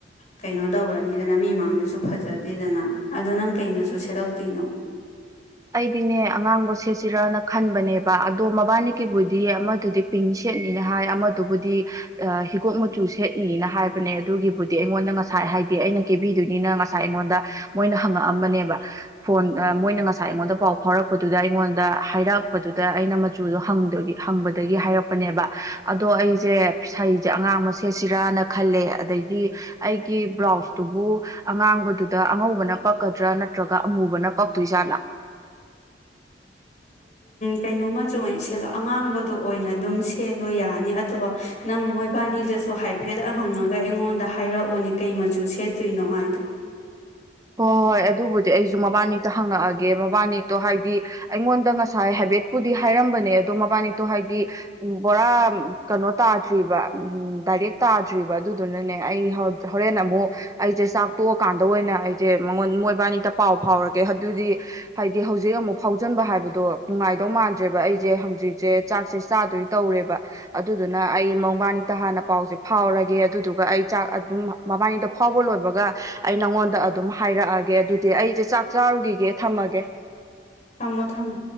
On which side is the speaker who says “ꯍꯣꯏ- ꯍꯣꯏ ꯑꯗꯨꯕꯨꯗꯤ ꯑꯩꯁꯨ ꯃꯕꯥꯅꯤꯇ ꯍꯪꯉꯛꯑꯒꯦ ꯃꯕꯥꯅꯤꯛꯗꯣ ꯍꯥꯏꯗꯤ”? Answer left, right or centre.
Right